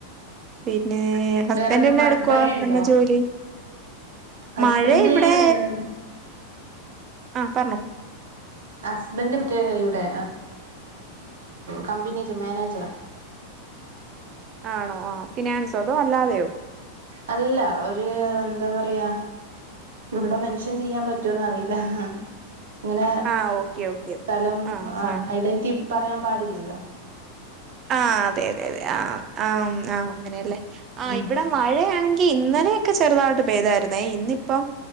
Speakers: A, on the right; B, on the right.
A: പിന്നെ ഹസ്ബൻഡ്
B: വേറെന്താ
A: എന്നാടുക്കുവാ
B: മഴയുണ്ടോ
A: എന്നാ ജോലി
B: ഹസ്ബൻഡ്
A: മഴ ഇവിടെ ആ പറഞ്ഞോ
B: ഹസ്ബൻഡ്‌ മറ്റേ ഇവിടെ കമ്പനിയില് മാനേജരാ
A: ആണോ ആ ഫിനാൻസോ അതോ അല്ലാതെയോ?
B: അല്ല. ഒരു എന്താ പറയാ ഇവിടെ മെൻഷൻ ചെയ്യാൻ പറ്റുമോന്ന് അറിയില്ല ആഹാ ഇങ്ങനെ
A: ആ ഓക്കെ ഓക്കെ
B: സ്ഥലം
A: ആ ആ
B: ഐഡന്റിറ്റി പറയാൻ പാടില്ലൽ ല്ലാ.
A: ആ അതെ അതെ. തെ ആ ആം ആഹ് അങ്ങനെയല്ലേ. ആ
B: ഉം
A: ഇവിടെ മഴയാണെങ്കി ങ്കി ഇന്നലെയൊക്കെ ചെറുതായിട്ട് പെയ്തായിരുന്നേ. ഇന്നിപ്പം